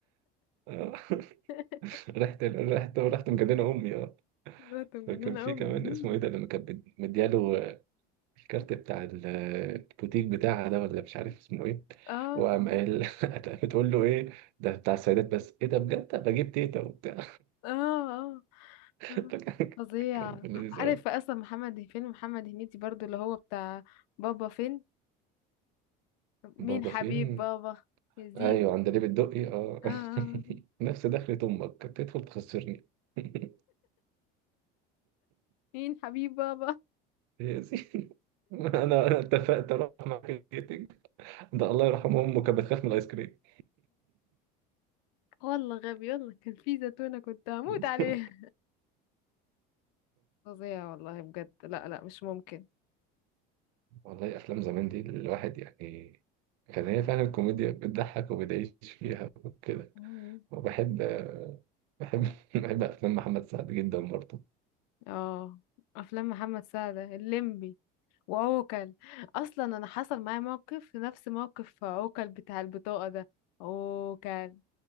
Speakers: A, on the right; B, on the left.
A: آه. <laughs>
B: <laughs>
A: رحت رحت رحت مجننه امي اه
B: بنت مجننه
A: فكان في
B: امي
A: كمان اسمه ايه ده لما كانت مدياله الكارت بتاع ال- البوتيك بتاعها ده ولا مش عارف اسمه ايه
B: <laughs> اه
A: وقام قال <laughs> بتقول له ايه ده بتاع السيدات بس ايه ده بجد طب بجيب تيتا وبتاع
B: اه اه
A: <laughs>
B: آه.
A: فكان-
B: فظيع
A: كان لذيذ
B: عارف
A: قوي
B: اصلا محمد فيلم محمد هنيدي برضو اللي هو بتاع بابا فين مين
A: بابا
B: حبيب
A: فين
B: بابا يزيد
A: ايوه عندليب الدقي اه
B: اه آه.
A: <laughs> نفس دخلة امك تدخل تخسرني <laughs>
B: مين حبيب بابا
A: يا سيدي انا انا اتفقت اروح معاك الكيتنج ده الله يرحمه امه كانت بتخاف من الايس كريم
B: والله غبي يلا كان في زيتونة كنت هموت
A: <laughs>
B: عليها فظيع والله بجد لا لا مش ممكن
A: والله افلام زمان دي الواحد يعني كان هي فعلا الكوميديا بتضحك وبتعيش فيها وكده
B: مم.
A: وبحب بحب <laughs> بحب افلام محمد سعد جدا برضه
B: اه افلام محمد سعد الليمبي وعوكل اصلا انا حصل معايا موقف نفس موقف عوكل بتاع البطاقة ده عوكل